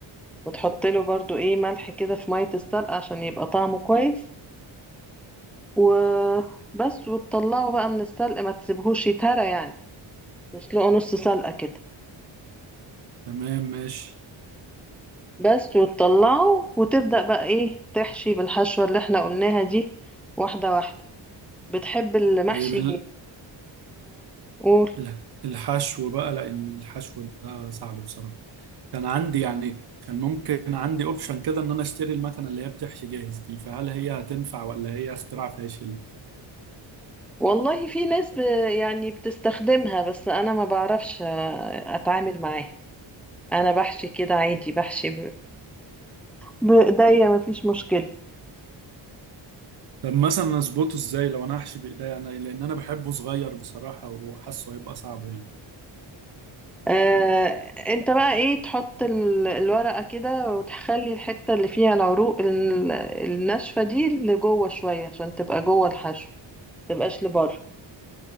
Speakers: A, in the centre; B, on the right (about 55°).
A: وتحط له برضو ايه ملح كده في مية السلق عشان يبقى طعمه كويس وبس وتطلعه بقى من السلق ما تسيبهوش يتهرى يعني تسلقه نص سلقة كده
B: تمام ماشي
A: بس وتطلعه وتبدأ بقى ايه تحشي بالحشوة اللي احنا قلناها دي واحدة واحدة بتحب المحشي
B: طيب ال...
A: قول
B: الح- الحشو بقى لان الحشو ده صعب بصراحه كان عندي يعني كان ممكن عندي اوبشن كده ان انا اشتري المكنه اللي هي بتحشي جاهز دي فهل هي هتنفع ولا هي اختراع فاشل
A: والله في ناس ب يعني بتستخدمها بس انا ما بعرفش آه، اتعامل معاها انا بحشي كده عادي بحشي بايديا مفيش مشكلة
B: طب مثلا اظبطه ازاي لو انا هحشي بايديا انا لان انا بحبه صغير بصراحه وحاسه هيبقى صعب يعني
A: آه، انت بقى ايه تحط ال- الورقة كده وتخلي الحتة اللي فيها العروق ال- الناشفة دي لجوه شوية عشان تبقى جوه الحشو متبقاش لبره